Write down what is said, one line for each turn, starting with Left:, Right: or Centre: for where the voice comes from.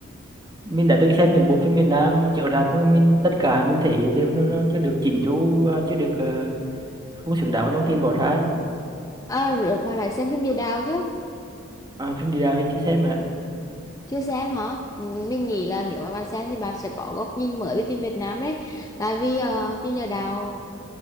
Right: mình đã từng xem những bộ phim Việt Nam chiếu rạp nhưng mà mình tất cả mình thấy đều nó, nó chưa được chỉnh chu và chưa được ờ, không xứng đáng với đồng tiền bỏ ra ấy.
Left: À, rồi bà đã xem phim Địa Đạo chứ?
Right: À, phim địa đạo mình chưa xem mà
Left: Chưa xem hả? Ừ, Mình nghĩ là nếu mà bà xem thì bà sẽ có góc nhìn mới về phim Việt Nam đấy. Tại vì ờ, phim Địa Đạo